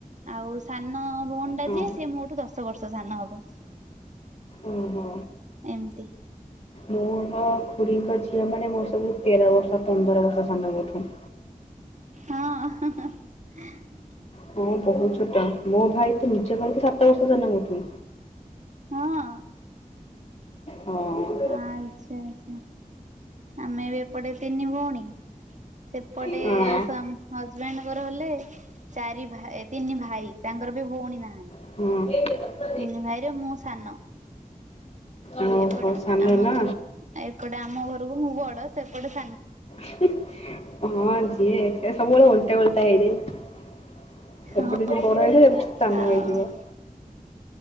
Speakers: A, on the right; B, on the left.
A: ଆଉ ସାନ ଭଉଣୀଟା
B: ହଁ।
A: ଯିଏ ସିଏ ମୋଠୁ ଦଶ ବର୍ଷ ସାନ ହବ।
B: ଓହୋ
A: ଏମତି।
B: ମୋର ଖୁୁଡିଙ୍କ ଝିଅ ମାନେ ମୋର ସବୁ ତେର ବର୍ଷ ପନ୍ଦର ବର୍ଷ ସାନ ମୋଠୁ।
A: ହଁ।
B: ହଁ ବହୁତ ଛୋଟ ମୋ ଭାଇ ତ ନିଜ ଭାଇ ତ ସାତ ବର୍ଷ ସାନ ମୋଠୁ
A: ହଁ।
B: ହଁ।
A: ଆଚ୍ଛା ଆଚ୍ଛା ଆମେ ବି ଏପଟେ ତିନି ଭଉଣୀ। ସେପଟେ
B: ହଁ
A: ସ୍ଵା ହଜବେଣ୍ଡଙ୍କର ହେଲେ ଚାରି ଭାଇ ତିନି ଭାଇ ତାଙ୍କର ବି ଭଉଣୀ ନାହାନ୍ତି।
B: ହୁଁ।
A: ତିନି ଭାଇରେ ମୁଁ ସାନ
B: ଓହୋ
A: ଏପଟେ
B: ସାନ
A: ଆମ
B: ନା
A: ଘରୁ ଏପଟେ ଆମ ଘରକୁ ମୁଁ ବଡ ସେପଟେ ସାନ।
B: <inaudible> ହଁ ଯିଏ ସେ ସବୁବେଳେ ଓଲଟା ଓଲଟା ହେଇଯାଏ ଏପଟେ
A: ହଁ।
B: ଯିଏ ବଡ଼ ହେଇଯିବ ସାନ
A: ଆଉ
B: ହେଇଯିବ।